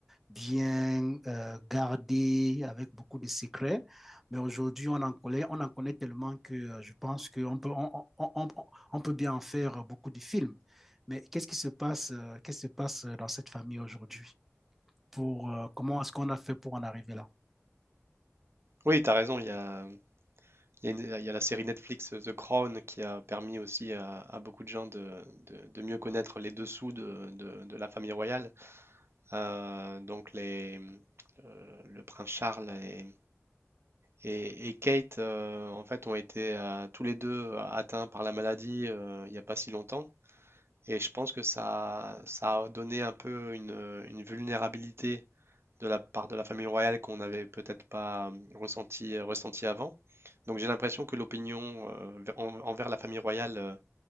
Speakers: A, in the centre; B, on the right.
A: bien euh, gardé avec beaucoup de secrets. Mais aujourd'hui, on en connaît, on en connaît tellement que euh, je pense qu'on peut, on, on- on- on peut bien en faire beaucoup de films. Mais qu'est-ce qui se passe, euh, qu'est-ce qui se passe dans cette famille aujourd'hui? Pour, euh, comment est-ce qu'on a fait pour en arriver là?
B: Oui, t'as raison, il y a, il y a une- il y a la série Netflix euh, The Crown qui a permis aussi à, à beaucoup de gens de, de- de mieux connaître les dessous de, de- de la famille royale. Euh, donc les, euh, le prince Charles et, et- et Kate, euh, en fait, ont été euh, tous les deux atteints par la maladie euh, il n'y a pas si longtemps. Et je pense que ça, ça a donné un peu une, une vulnérabilité de la part de la famille royale qu'on n'avait peut-être pas euh, ressenti, euh, ressenti avant. Donc j'ai l'impression que l'opinion euh, en- envers la famille royale euh,